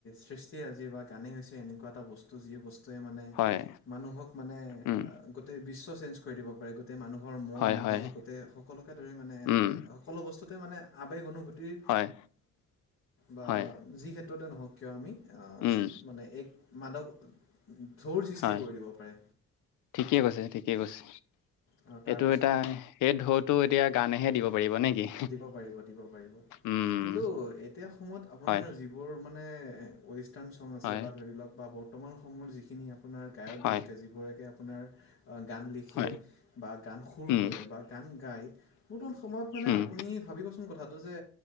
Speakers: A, on the left (about 45°); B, on the left (about 80°).
A: সৃষ্টিৰাজি বা গানেই হৈছে এনেকুৱা এটা বস্তু যি বস্তু যে মানে
B: হয়,
A: মানুহক মানে
B: উম,
A: গোটেই বিশ্ব চেঞ্জ কৰি দিব পাৰে, গোটেই মানুহৰ মন
B: হয়,
A: মগজু
B: হয়,
A: গোটেই সকলে ধৰি মানে
B: উম,
A: সকলো বস্তুতে মানে আৱেগ অনুভূতিৰ
B: হয়,
A: বা
B: হয়,
A: যি ক্ষেত্ৰতে নহওক কিয় আমি
B: উম,
A: মানে এক মাদক ঢৌৰ সৃষ্টি
B: হয়।
A: কৰি দিব পাৰে।
B: ঠিকেই কৈছে, ঠিকেই কৈছে।
A: আৰু তাৰপিছত
B: এইটো এটা সেই ঢৌত তো এতিয়া গানেহে দিব পাৰিব নে কি?
A: দিব পাৰিব দিব পাৰিব,
B: উম,
A: কিন্তু এতিয়া সময়ত আপোনাৰ
B: হয়,
A: যিবোৰ মানে ৱেষ্টাৰ্ণ ছং আছে
B: হয়,
A: বা ধৰি লওক বা বৰ্তমান সময়ৰ যিখিনি আপোনাৰ গায়ক
B: হয়,
A: গায়িকা জী গৰাকীয়ে আপোনাৰ গান লিখে
B: হয়,
A: বা গান সুৰ
B: উম,
A: কৰে বা গান গায় বৰ্তমান সময়ত মানে
B: উম,
A: আপুনি ভাবিবচোন কথাটো যে